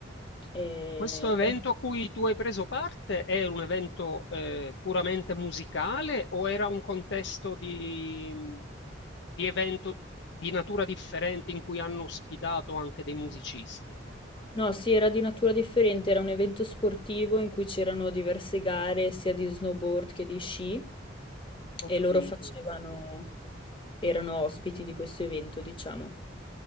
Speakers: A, on the left (about 25°); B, on the left (about 60°).
A: E,
B: Questo evento
A: e
B: a cui tu hai preso parte è un evento eh, puramente musicale o era un contesto di, di evento di natura differente in cui hanno ospitato anche dei musicisti?
A: No, sì, era di natura differente, era un evento sportivo in cui c'erano diverse gare sia di snowboard che di sci
B: Ho
A: e
B: capito,
A: loro facevano, erano ospiti di questo evento, diciamo.